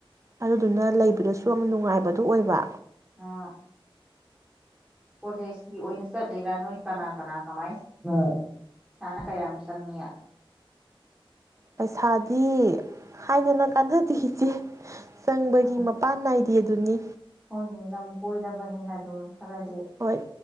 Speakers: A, on the right; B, in the centre.
A: ꯑꯗꯨꯗꯨꯅ ꯂꯩꯕꯗꯁꯨ ꯌꯥꯝꯅ ꯅꯨꯡꯉꯥꯏꯕꯗꯨꯣ ꯑꯣꯏꯕ꯫
B: ꯑꯥ꯫ ꯀꯣꯂꯦꯖꯀꯤ ꯑꯣꯏꯅ ꯆꯠꯂꯤꯔꯥ ꯅꯣꯏ ꯀꯅꯥ - ꯀꯅꯥ ꯀꯃꯥꯏꯅ ꯆꯠꯂꯤꯅꯣ ꯄꯩꯁꯅꯥ ꯀꯌꯥꯝ ꯆꯪꯉꯤ?
A: ꯄꯩꯁꯥꯗꯤ ꯍꯥꯏꯗꯅ ꯀꯥꯟꯅꯗꯦ ꯏꯆꯦ꯫ ꯆꯪꯕꯒꯤ
B: ꯑꯥ
A: ꯃꯄꯥꯟ ꯅꯥꯏꯗ꯫ ꯗꯦ ꯗꯨꯅꯤ꯫
B: ꯍꯣꯏꯅꯦ ꯂꯝ ꯀꯣꯏꯔꯕꯅꯤꯅ ꯑꯗꯨꯝ ꯈꯔꯗꯤ
A: ꯍꯣꯏ